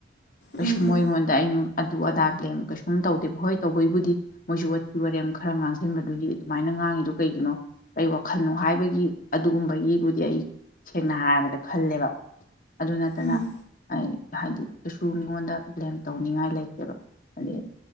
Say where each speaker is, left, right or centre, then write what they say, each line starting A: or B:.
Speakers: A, on the left (about 50°); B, on the left (about 75°).
A: ꯀꯩꯁꯨꯝ
B: ꯎꯝ
A: ꯃꯣꯏ
B: ꯎꯝ
A: ꯑꯩꯉꯣꯟꯗ ꯑꯩ ꯑꯗꯨ ꯑꯗꯥ ꯕ꯭ꯂꯦꯝ ꯀꯩꯁꯨꯝ ꯇꯧꯗꯦꯕ ꯍꯣꯏ ꯇꯧꯕꯩꯕꯨꯗꯤ ꯃꯣꯏꯁꯨ ꯋꯥꯊꯤ ꯋꯥꯔꯦꯝ ꯈꯔ ꯉꯥꯡꯁꯤꯟꯕꯗꯨꯒꯤ ꯑꯗꯨꯃꯥꯏꯅ ꯉꯥꯡꯉꯤꯗꯣ ꯀꯩꯒꯤꯅꯣ ꯀꯩ ꯋꯥꯈꯜꯅꯣ ꯍꯥꯏꯕꯒꯤ ꯑꯗꯨꯒꯨꯝꯕꯒꯤꯕꯨꯗꯤ ꯑꯩ ꯁꯦꯡꯅ ꯍꯥꯏꯔꯕꯗ ꯈꯜꯂꯦꯕ ꯑꯗꯨ ꯅꯠꯇꯅ
B: ꯎꯝ
A: ꯍꯥꯏꯗꯤ ꯀꯩꯁꯨ ꯃꯤꯉꯣꯟꯗ ꯕ꯭ꯂꯦꯝ ꯇꯧꯅꯤꯡꯉꯥꯏ ꯂꯩꯇꯦꯕ ꯑꯗꯩ